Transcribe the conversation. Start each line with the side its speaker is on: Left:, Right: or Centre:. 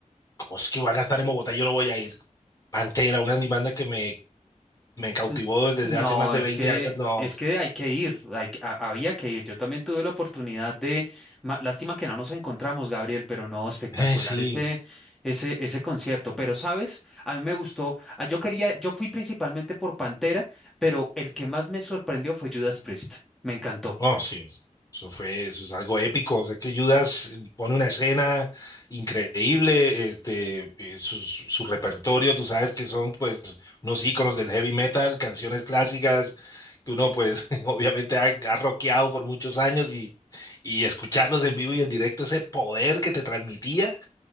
Left: ¿cómo es que van a estar en Bogotá? Yo no voy a ir. Pantera, una de mis bandas que me, me cautivó
Centre: N-
Left: desde
Centre: No,
Left: hace más de
Centre: es
Left: 20
Centre: que,
Left: años, no.
Centre: es que hay que ir, hay que- ha- había que ir. Yo también tuve la oportunidad de, ma- lástima que no nos encontramos, Gabriel, pero no, espectacular
Left: Eh, sí,
Centre: ese, ese, ese concierto. Pero, ¿sabes? A mí me gustó, ah, yo quería, yo fui principalmente por Pantera, pero el que más me sorprendió fue Judas Priest. Me encantó.
Left: oh, sí. Eso fue, eso es algo épico. O sea, que Judas pone una escena increíble, este, eh, su, su repertorio, tú sabes que son pues unos íconos del heavy metal, canciones clásicas que uno pues <laughs> obviamente ha, ha rockeado por muchos años y, y escucharlos en vivo y en directo, ese poder que te transmitía,